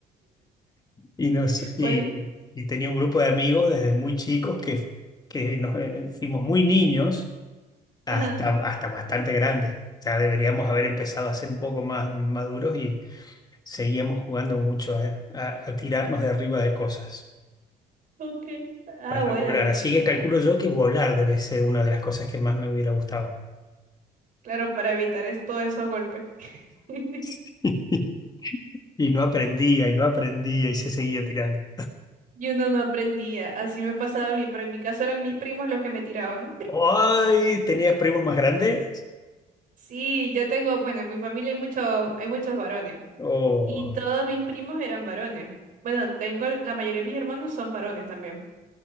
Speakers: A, on the left; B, on the right.
A: Y, nos, y,
B: Pues,
A: y tenía un grupo de amigos desde muy chicos que, que nos eh, fuimos muy niños hasta,
B: ajá,
A: hasta bastante grandes. Ya deberíamos haber empezado a ser un poco más maduros y seguíamos jugando mucho a, a a tirarnos de arriba de cosas.
B: ok. Ah,
A: para
B: bueno,
A: volar.
B: bají.
A: Así que calculo yo que volar debe ser una de las cosas que más me hubiera gustado.
B: Claro, para evitar es- todos esos golpes. <laughs>
A: <laughs> Y no aprendía, y no aprendía, y se seguía tirando.
B: Y uno no aprendía. Así me pasaba a mí, pero en mi caso eran mis primos los que me tiraban. <laughs>
A: ¡Ay! ¿Tenía primos más grandes?
B: Sí, yo tengo, bueno, en mi familia hay muchos, hay muchos varones.
A: Oh,
B: Y todos mis primos eran varones. Bueno, tengo, la mayoría de mis hermanos son varones también.